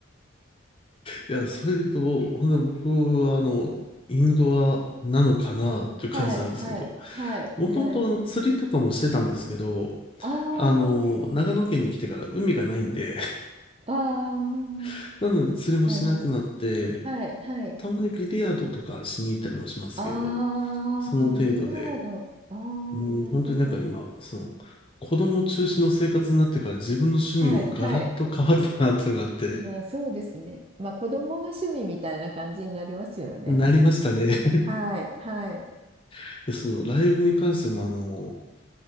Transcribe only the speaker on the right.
はい、はい、はい、
はい。
あー、
あー、
なるほど。はい、はい。
あー、
ビリヤード。あー、
なるほど。
はい、はい。まあ、そうですね。まあ、子供が趣味みたいな感じになりますよね。
はい、はい、